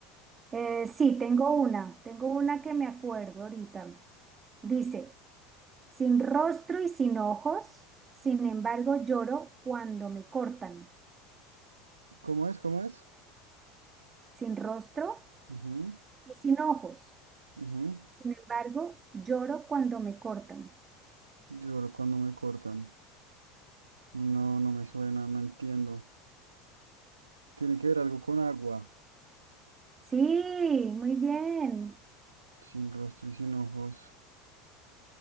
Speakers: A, on the right; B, on the right.
A: Eh, sí, tengo una, tengo una que me acuerdo ahorita. Dice, sin rostro y sin ojos, sin embargo lloro cuando me cortan.
B: ¿Cómo es? ¿Cómo es?
A: Sin rostro
B: Ujú,
A: y sin ojos.
B: ujú.
A: Sin embargo, lloro cuando me cortan.
B: Lloro cuando me cortan. No, no me suena, no entiendo. Tiene que ver algo con agua,
A: Sí, muy bien.
B: sin rostro y sin ojos.